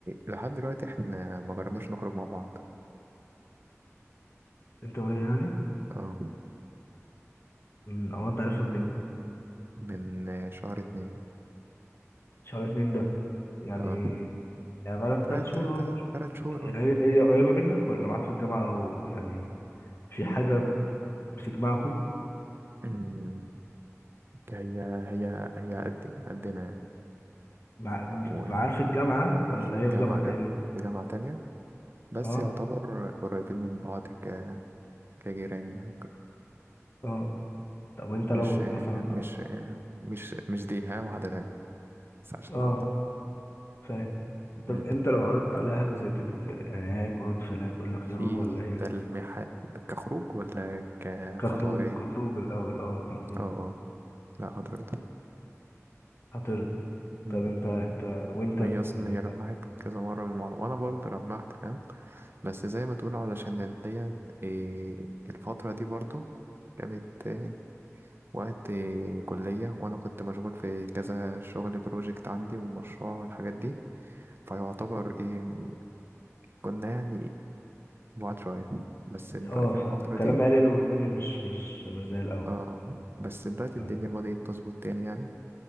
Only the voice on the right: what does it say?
لحد دلوقتي احنا ما جربناش نخرج مع بعض
اه
فمن شهر اتنين
اه
تلات
تلات
تلات شهور
اه
أمم، هي هي هي قدي قدنا يعني
ومش
في
الجامعة
لأ
في جامعة تانية بس
يعتبر قريبين من بعض ك كجيران يعني وكده.
مش
مش مش مش دي ها واحدة تانية بس عشان
أوضح
أمم.
في
تلميحات كخروج ولا كخطوة
جاية؟
اه اه لا حضرتك
أمم.
هي أصلا
هي لمحت
كذا مرة بالموضوع وأنا برضه لمحت فاهم بس زي ما تقول علشان الدي إيه الفترة دي برضو كانت إيه وقت إيه كلية وأنا كنت مشغول في كذا شغل بروجكت عندي والمشروع والحاجات دي فيعتبر إيه م- كنا يعني بعاد شوية بس دلوقتي
الفترة دي
اه بس دلوقتي
الدنيا بدأت تظبط تاني يعني